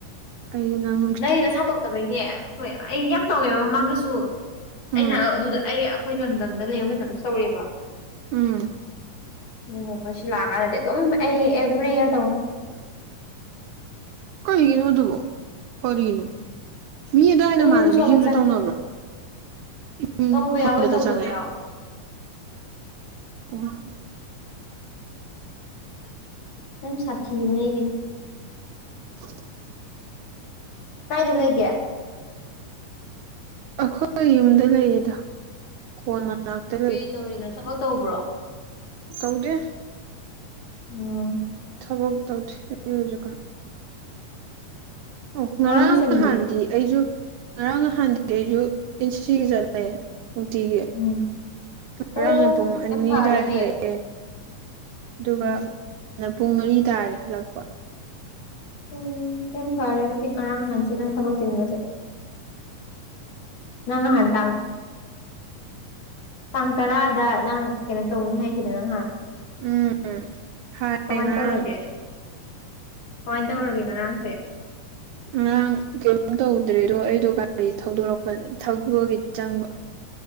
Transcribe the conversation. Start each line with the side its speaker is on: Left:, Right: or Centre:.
Right: <unintelligible>
Left: ꯅꯪꯅ ꯁꯥꯗꯣꯛꯇꯕꯩꯅꯦ ꯑꯩ ꯌꯥꯝ ꯇꯧꯋꯦꯕ ꯃꯃꯥꯡꯗꯁꯨ
Right: ꯎꯝ
Left: ꯑꯩꯅ ꯑꯗꯨꯗ ꯑꯩ ꯑꯩꯈꯣꯏ ꯂꯝꯗꯝꯗ ꯂꯩꯕ ꯃꯇꯝꯁꯨ ꯇꯧꯔꯑꯦꯕ
Right: ꯎꯝ
Left: ꯑꯗꯨꯒ ꯁꯤ ꯂꯥꯛꯑꯀꯥꯟꯗꯗꯤ ꯑꯗꯨꯝ ꯑꯩ ꯑꯦꯚ꯭ꯔꯤ ꯏꯌꯥꯔ ꯇꯧꯅꯤ
Right: ꯀꯩꯒꯤꯅꯣꯗꯨꯕꯣ ꯀꯔꯤꯅꯣ ꯃꯤ ꯑꯗꯨꯋꯥꯏꯅ
Left: ꯏꯃ꯭ꯌꯨꯟ
Right: ꯃꯃꯅꯕꯤꯁꯤꯡꯁꯨ
Left: ꯁꯣꯟꯕ ꯆꯪꯉꯦ
Right: ꯇꯧꯅꯕ꯭ꯔꯣ ꯏꯨꯝ
Left: ꯇꯧꯕ
Right: ꯐꯪꯕꯗ
Left: ꯌꯥꯎꯋꯦ ꯇꯧꯗꯕ
Right: ꯆꯪꯉꯦ ꯑꯣ
Left: ꯌꯥꯎꯋꯦ
Right: <unintelligible>
Left: ꯌꯥꯝ ꯁꯥꯊꯤꯕꯅꯦ ꯑꯩꯒꯤꯗꯤ
Right: <unintelligible>
Left: ꯀꯥꯏꯗ ꯂꯩꯒꯦ
Right: ꯑꯩꯈꯣꯏ ꯌꯨꯝꯗ ꯂꯩꯌꯦꯗ ꯀꯣꯟ ꯃꯅꯥꯛꯇ ꯂꯩ
Left: ꯀꯩ ꯇꯧꯔꯤꯅꯣ ꯊꯕꯛ ꯇꯧꯕ꯭ꯔꯣ
Right: ꯇꯧꯗꯦ
Left: ꯎꯝ
Right: <unintelligible> ꯑꯣ
Left: ꯑꯉꯥꯡꯁꯤꯡꯗꯤ
Right: ꯉꯔꯥꯡ ꯅꯍꯥꯟꯗꯤ ꯑꯩꯁꯨ ꯉꯔꯥꯡ ꯅꯍꯥꯟꯗꯤ ꯑꯩꯁꯨ ꯑꯦꯟ ꯁꯤ ꯁꯤꯒꯤ ꯆꯠꯂꯦ ꯅꯨꯡꯇꯤꯒꯤ
Left: ꯎꯝ
Right: ꯉꯔꯥꯡꯅ
Left: ꯑꯣ
Right: ꯄꯨꯡ ꯑꯅꯤ
Left: ꯌꯥꯝ ꯐꯔꯦꯅꯦ
Right: ꯑꯗꯨꯋꯥꯏ ꯍꯜꯂꯛꯑꯦ ꯑꯗꯨꯒꯅ
Left: ꯎꯝ
Right: ꯄꯨꯡ ꯃꯔꯤ ꯇꯥꯔꯦ ꯍꯜꯂꯛꯄ
Left: ꯎꯝ ꯌꯥꯝ ꯐꯔꯦ ꯑꯗꯨꯗꯤ ꯉꯔꯥꯡ ꯍꯥꯟꯁꯦ ꯅꯪ ꯊꯕꯛ ꯆꯤꯟꯕꯁꯦ ꯅꯪ ꯅꯍꯥꯟ ꯇꯥꯡ ꯇꯥꯡ ꯇꯔꯥꯗ ꯅꯪ ꯀꯩꯅꯣ ꯇꯧꯅꯤ ꯍꯥꯏꯈꯤꯗ ꯅꯪꯍꯥꯟ
Right: ꯎꯝ ꯍꯥꯏ
Left: ꯀꯃꯥꯏꯅ
Right: ꯉꯔꯥꯡ
Left: ꯇꯧꯔꯒꯦ ꯀꯃꯥꯏꯅ ꯇꯧꯔꯒꯦ ꯉꯔꯥꯡꯁꯦ
Right: ꯉꯔꯥꯡ ꯀꯔꯤꯝ ꯇꯧꯗ꯭ꯔꯦꯗꯣ ꯑꯩꯗꯣ ꯒꯥꯔꯤ ꯊꯧꯗꯣꯔꯛꯄ ꯊꯒꯤ ꯆꯪꯕ